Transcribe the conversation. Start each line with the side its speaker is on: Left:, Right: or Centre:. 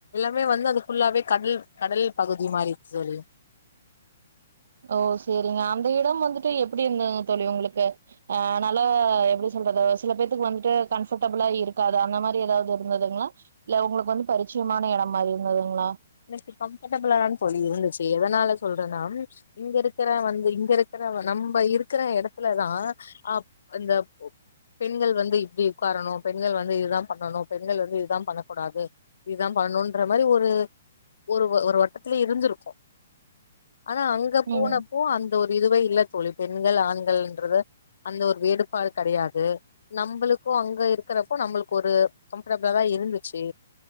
Left: ம வந்து அதுஃபுள்ளாவே கடல் கடல் பகுதி மாறிருக்கு தோழி
Right: ஓ செரிங்க அந்த இடம் வந்துட்டு எப்படி இருந்ததுங்க தோழி உங்களுக்கு அ நல்லா எப்படி சோ து சில பேத்துக்கு வந்துட்டு கம்பர்ட்டபுளா இருக்காது அந்த மாரி ஏதாது இருந்ததுங்களா இல்ல உங்களுக்கு வந்து பரீசு யமான எடமான இருந்ததுங்களா
Left: எனக்கு கம்பர்டபிளாதாங் தோழி இருந்துச்சு எதனால சொல்றன்னா இங்க இருக்குற வந்து இங்க இருக்குற நம்ப இருக்குற எடத்துலதா அ இந்த பெண்கள் வந்து இப்படி உட்காரணும் பெண்கள் வந்து இதுதா பண்ணணும் பெண்கள் வந்து இதுதா பண்ணக்கூடாது இதுதா பண்ணுன்ற மாரி ஒரு ஒரு ஒரு வட்டத்துலயே இருந்திருக்கு ஆனா அங்க போனப்போ
Right: ம்
Left: அந் த ஒரு இதுவே இல்ல தோழி பெண்கள் ஆண்கள்ன்றத அந்த ஒரு வேறுபாடு கெடையாது நம்பளு துகு அங்க இருக்குறப்போ நம்மளுக்கு ஒரு கம்பர்டபிளா தா இருந்துச்சு